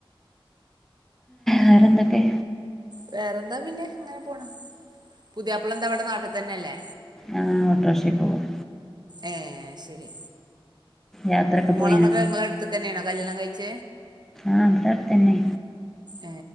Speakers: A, in the centre; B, on the right (about 50°).
A: വേറെന്തൊക്കെ
B: വേറെന്താ പിന്നെ അങ്ങനെ പോണ് പുതിയാപ്പള ന്തവിടെ നാട്ടിൽ തന്നെല്ലേ
A: ആ ഓട്ടോറിക്ഷയിൽ പോകും
B: ഏ ശരി
A: യാത്രയൊക്കെ
B: മോളങ്ങളട്
A: പോയിനോ
B: ത്ക്കെന്നെന്നോ കല്യാണം കഴിച്ച
A: ആഹ് ബ്ടാ അടുത്തന്നെ
B: ഏ